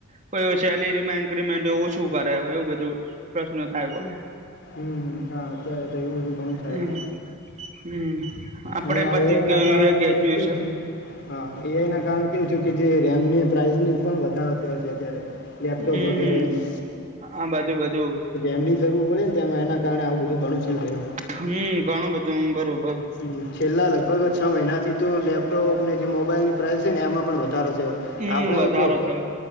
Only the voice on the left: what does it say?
હમ હમ હા અત્યારે તો એવું બધું ઘણું થાય
છે
અને આ
એઆઈ
ના કારણે
તો કેવું થયું હા એ આઈના કારણે કેવું છેું કે જે રેમને પ્રાઇસની પણ વધારો થયો છે અત્યારે. લેપટોપ
વગેરે એને
એમની જરૂર પડે ને તેમ એના કારણે આવું બધું ઘણું <unintelligible> એમ.
હ છેલ્લા લગભગ છ મહિનાથી તો લેપટોપ ને જે મોબાઈલની પ્રાઇસ છે ને એમાં પણ વધારો છે.
આપણે
જો